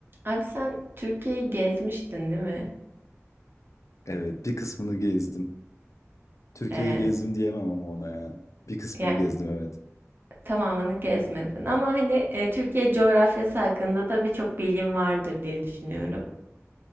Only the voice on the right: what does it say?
Abi sen Türkiye'yi gezmiştin değil mi?
Ee,
yani
tamamını gezmedin ama hani e, Türkiye coğrafyası hakkında da birçok bilgin vardır diye düşünüyorum.